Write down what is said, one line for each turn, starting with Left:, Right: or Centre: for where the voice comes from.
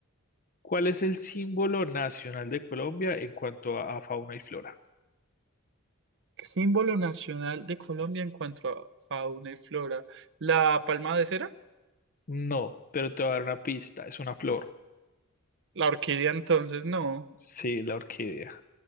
Left: ¿Cuál es el símbolo nacional de Colombia en cuanto a a fauna y flora?
Right: Símbolo nacional de Colombia en cuanto a fauna y flora. ¿La palma de cera?
Left: No, pero te voy a dar una pista, es una flor.
Right: La orquídea entonces, no.
Left: Sí, la orquídea.